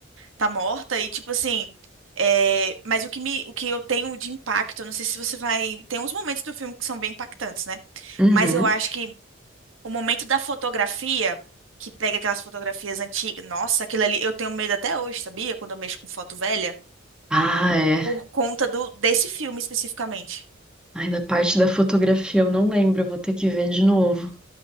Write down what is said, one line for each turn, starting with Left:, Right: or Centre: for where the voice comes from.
Right: tá morta. E, tipo assim, é, mas o que me, o que eu tenho de impacto, não sei se você vai. Tem uns momentos do filme que são bem impactantes, né?
Centre: Uhum.
Right: Mas eu acho que o momento da fotografia, que pega aquelas fotografias antigas. Nossa, aquilo ali eu tenho medo até hoje, sabia? Quando eu mexo com foto velha,
Centre: Ah, é.
Right: por conta do desse filme especificamente.
Centre: Ainda parte da fotografia eu não lembro, eu vou ter que ver de novo.